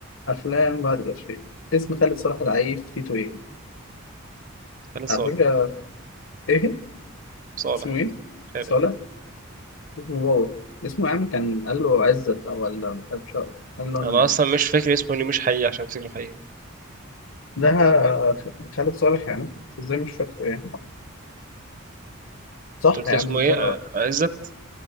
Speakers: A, on the left (about 70°); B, on the right (about 40°).
A: أفلام بعد الألفين اسم خالد صلاح العيف تيتو إيه؟
B: خالد صالح
A: على فكرة إيه؟
B: صالح
A: اسمه إيه؟
B: خالد
A: صالح؟ اسمه بابا اسمه يا عم كان قال له عزت أو ولا أبشر قال له
B: أنا
A: أنا
B: أصلا مش فاكر اسمه ليه مش حقيقي عشان أفتكر حقيقي
A: ده خالد صالح يعني إزاي مش فاكره يعني صح
B: أنت قلت
A: يا عم
B: اسمه
A: ترى
B: إيه آه، عزت